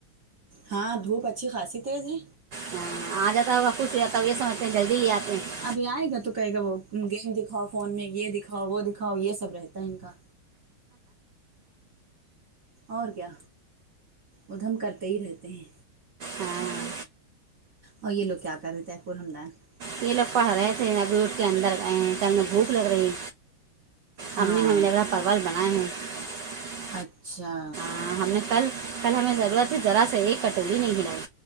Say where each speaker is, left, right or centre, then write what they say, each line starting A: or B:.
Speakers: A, on the right; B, on the right.
A: ہاں دھوپ اچھی خاصی تیز ہے
B: ہاں آ جاتا ہے وہ خوش ہواتا تو یہ سمجھتے ہیں جلدی ہی آتے ہیں <inaudible>
A: ابھی آئے گا تو کہے گا وہ گیم دکھاؤ فون میں یہ دکھاؤ وہ دکھاؤ یہ سب رہتا ہے ان کا اور کیا ادھم کرتے ہی رہتے ہیں
B: ہاں
A: اور یہ لوگ کیا کر رہتے ہیں ف الحمدان <unintelligible>
B: یہ لوگ پڑھ رہے تھے ابھی اٹھ کے اندر گئے کہے ہمیں بھوک لگ رہی
A: ہاں
B: ا نے نے ہم لگا پرول بنائے ہیں <unintelligible>
A: اچھا
B: ہاں ہم نے کل کل ہمیں ضرورت ہی ذرا سے ایک کٹوری نہیں ہھلائی